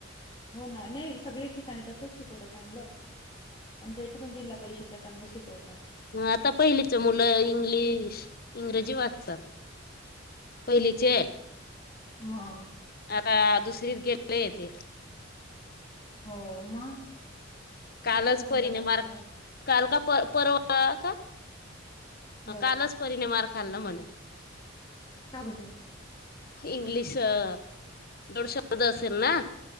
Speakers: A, on the left; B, on the left.
A: हो ना नाही सगळी ठिकाणी तसच शिकवत चांगलं आमच इथं पण जिल्हा परिषदला चांगले शिकवतात
B: ह आता पहिलीच मुलं इंग्लिश इंग्रजी वाचतात पहिलीचे
A: म
B: आता दुसरीत गेले य ते
A: हो मग
B: कालच
A: हुशार होऊन
B: परी
A: जातात
B: नाही मार
A: पोरं
B: काल का प परवा का
A: हो
B: कालच परीने मार खाल्ला म्हणे
A: का बर
B: इंग्लिश अ जोड शब्द असेल ना